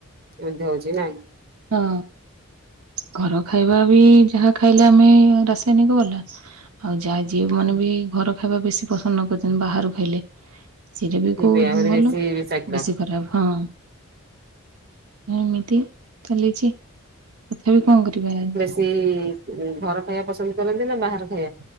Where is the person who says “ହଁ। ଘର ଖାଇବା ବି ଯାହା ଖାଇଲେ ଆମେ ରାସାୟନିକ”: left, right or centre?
Right